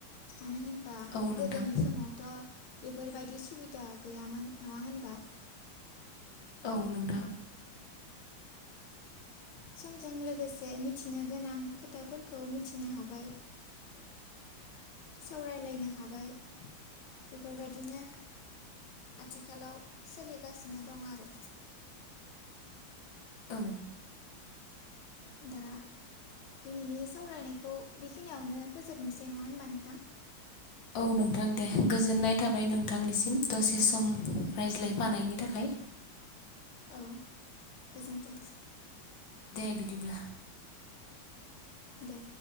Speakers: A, on the left; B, on the left.
A: मानो होन बा
B: औ नोंथां
A: गोदोनि समावथ' बे बेफोरबायदि सुबिदा गैयामोन नंङा होनबा
B: औ नोंथां
A: समजों लोगोसे मिथिनो गोनां खोथाफोरखौ मिथिनो हाबाय सावरायलायनो हाबाय बेफोरबायदिनो आथिखालाव सोलिगासिनो दं आरो
B: औ
A: दा दिनैनि सावरायनायखौ बेखिनियावनो फोजोबनोसै नंङा होनबा नोंथां
B: औ नोंथां दे गोजोननाय थाबाय नोंथांनिसिम दसे सम रायज्लायफानायनि थाखाय।
A: औ गोजोन्थों
B: दे बिदिब्ला
A: दे